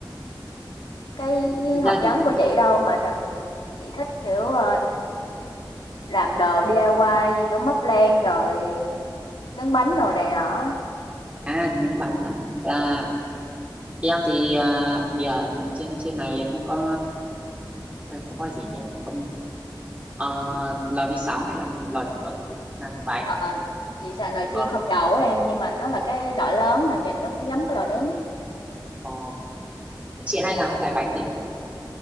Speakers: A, on the left (about 85°); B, on the right (about 15°).
A: cái
B: thực
A: học
B: ra
A: vấn
B: thì
A: của chị đâu, mà thường chị thích, kiểu, ờ, làm đồ DIY như kiểu móc len rồi nướng bánh đồ này nọ.
B: à nướng bánh à là em thì à, vì à, trên trên này không có à, không có gì nhỉ không có ờ, lò vi sóng hay là lò nướng hay là làm bánh
A: Ờ, chị xài nồi chiên
B: Ờ,
A: không dầu á em, nhưng mà nó là cái loại lớn à, nhìn nó cũng giống cái lò nướng.
B: ờ, chị hay làm cái loại bánh gì vậy